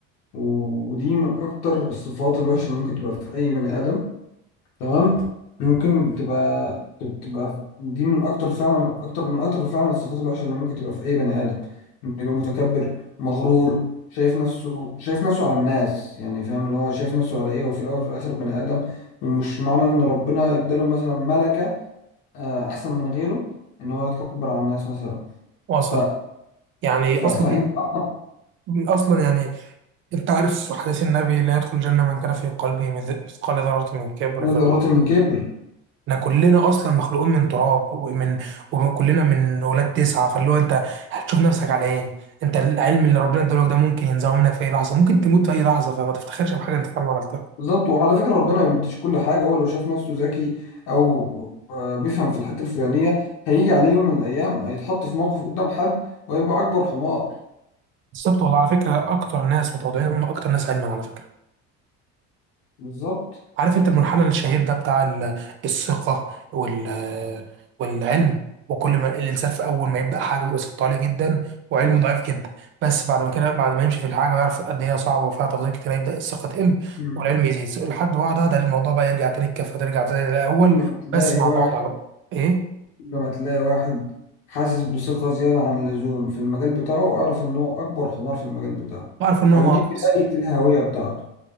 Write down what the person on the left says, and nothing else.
و- ودي من اكتر الصفات الوحشة اللي ممكن تبقى في اي بني ادم تمام ممكن تبقى تبقى دي من اكتر فعلا اكتر من اكتر فعلا الصفات الوحشه اللي ممكن تبقى في اي بني ادم إنه يبقى متكبر مغرور شايف نفسه شايف نفسه على الناس يعني فاهم اللي هو شايف نفسه على ايه هو في الاول وفي الاخر بني ادم ومش معنى ان ربنا اداله مثلا ملكه آه، احسن من غيره ان هو يتكبر على الناس مثلا
ف...
ف... فانت
اصلا
لا
ذرة من كبر
بالظبط وعلى فكرة ربنا ما بيديش كل حاجة هو لو شايف نفسه ذكي أو آه، بيفهم في الحتة الفلانية هيجي عليه يوم من الأيام هيتحط في موقف قدام حد وهيبقى أكبر حمار
بالظبط
بالظبط
مم.
كل ما تلاقي
واحد
كل ما تلاقي واحد حاسس بثقة زيادة عن اللزوم في المجال بتاعه اعرف إن هو أكبر حمار في المجال بتاعه
أو
دي بداية الهوية بتاعته